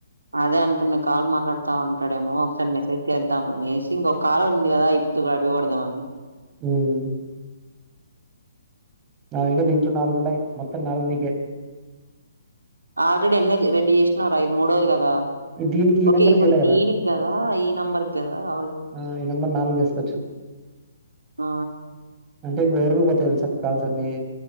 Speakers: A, on the right; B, on the right.
A: అదే అనుకున్న కాల్ మాట్లాడుతా ఉంటాడేమో ఒకసారి మెసేజ్ చేద్దామనేసి ఇంకొక ఉంది కదా ఈపొద్దు అయిపగొడదాం
B: మ్మ్ నావింగ దీంట్లో నాలుగు ఉండయి మొత్తం నాల్గు నీకే
A: ఆల్రెడీ ఎన్నోది రెండు చేసినావ్ రా ఇది మూడోది కదా
B: దీనికి ఈ
A: ఓకే
B: నెంబర్
A: ఇప్పుడు
B: చేయలే కదా
A: దీనికి కదా ఈ నంబర్కి కదా అవలేం
B: ఆ ఈ నంబర్ నాలుగు చేసుకోవచ్చు
A: ఆ
B: అంటే ఇప్పుడు ఎవరు పోవు తెలుస కాల్సన్నీ